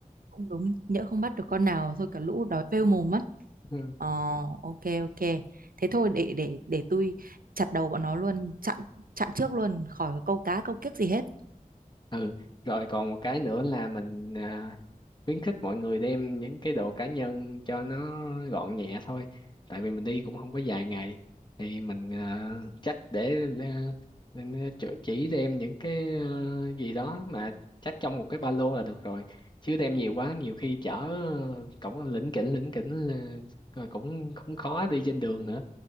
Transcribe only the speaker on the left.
<laughs> ừ
Ừ, rồi còn một cái nữa là mình à, khuyến khích mọi người đem những cái đồ cá nhân cho nó gọn nhẹ thôi tại vì mình đi cũng không có dài ngày thì mình ờ, chắc để ờ, nên chỉ chỉ đem những cái ờ, gì đó mà chắc trong một cái ba lô là được rồi chứ đem nhiều quá nhiều khi chở ờ, cổng lỉnh kỉnh lỉnh kỉnh là- rồi cũng cũng khó đi trên đường nữa